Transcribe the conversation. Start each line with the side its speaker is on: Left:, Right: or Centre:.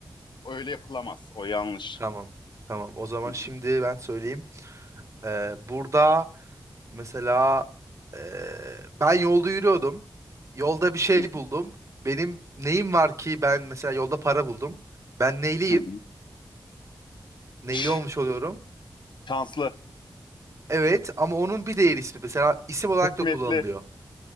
Left: e, öyle yapılamaz. O yanlış.
Right: tamam. Tamam. O zaman
Left: Hı
Right: şimdi ben söyleyeyim. Ee, burada mesela e, ben yolda yürüyordum. Yolda bir şey
Left: hı.
Right: buldum. Benim neyim var ki ben mesela yolda para buldum. Ben neyliyim?
Left: Hı hı.
Right: Neyli
Left: Ş-
Right: olmuş oluyorum?
Left: Şanslı.
Right: Evet ama onun bir diğer ismi mesela isim olarak
Left: Hikmetli.
Right: da kullanılıyor.